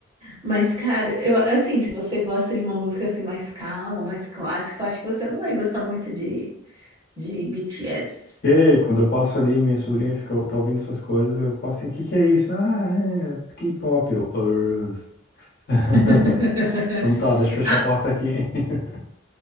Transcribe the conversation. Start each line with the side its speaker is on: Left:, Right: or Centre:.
Right: Mas, cara, eu assim, se você gosta de uma música assim mais calma, mais clássica, eu acho que você não vai gostar muito de, de BTS.
Left: E aí, quando eu passo ali, minha sobrinha fica, tá ouvindo essas coisas, eu passo assim, o que que é isso? Ah, é K-pop, eu, "Urgh." <laughs>
Right: <laughs>
Left: Então tá, deixa eu fechar
Right: Ah,
Left: a porta aqui, hein? <laughs>